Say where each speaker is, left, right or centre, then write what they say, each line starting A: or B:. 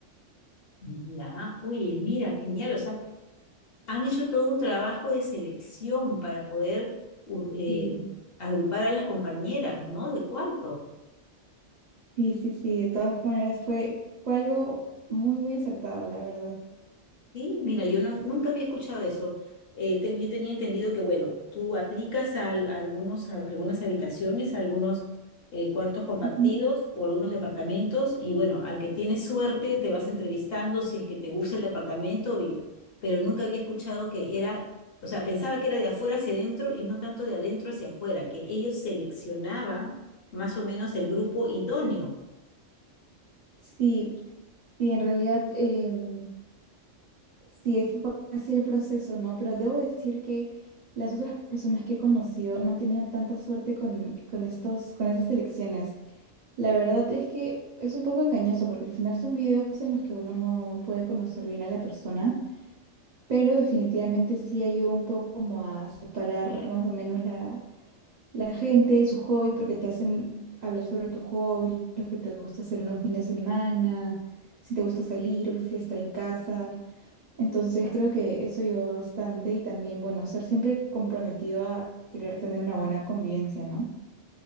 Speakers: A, on the left (about 55°); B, on the right (about 60°).
A: Ya, oye, mira, genial, o sea, han hecho todo un trabajo de selección para poder u- eh,
B: Sí,
A: agrupar a las compañeras, ¿no? De cuarto.
B: sí, sí, sí, de todas maneras fue, fue algo muy, muy acertado, la verdad.
A: Sí, mira, yo no, nunca había escuchado eso. Eh, te- yo tenía entendido que, bueno, tú aplicas a, al- a algunos, a algunas habitaciones, a algunos eh, cuartos compartidos
B: Ujú.
A: o algunos departamentos y, bueno, al que tienes suerte te vas entrevistando si es que te gusta el departamento, y, pero nunca había escuchado que era, o sea, pensaba que era de afuera hacia adentro y no tanto de adentro hacia afuera, que ellos seleccionaban más o menos el grupo idóneo.
B: Sí, Sí, en realidad em, sí fue fue así el proceso, ¿no? Pero debo decir que las otras personas que he conocido no han tenido tanta suerte con, con estos, con estas elecciones. La verdad es que es un poco engañoso porque al final son videos en los que uno no puede conocer bien a la persona, pero definitivamente sí ayuda un poco como a separar más o menos la, la gente, sus hobbies, porque te hacen hablar sobre tus hobbies, lo que te gusta hacer en un fin de semana, si te gusta salir o prefieres estar en casa. Entonces creo que eso ayudó bastante y también, bueno, ser siempre comprometido a querer tener una buena convivencia, ¿no?